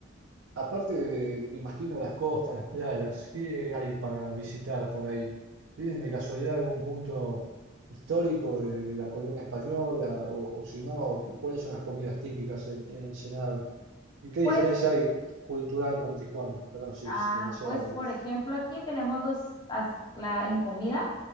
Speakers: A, on the right; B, on the left.
A: aparte de, imagino, las costas, las playas, ¿qué hay para visitar por ahí? ¿Tienen de casualidad algún punto histórico de, de la colonia española? O, o si no, ¿cu- ¿cuáles son las comidas típicas en, en Ensenada? ¿Y qué
B: Pues
A: diferencia hay cultural con Tijuana? Perdón, sí,
B: Ah,
A: es demasiado
B: pues
A: amplio.
B: por ejemplo, aquí tenemos los, as- la, en comida,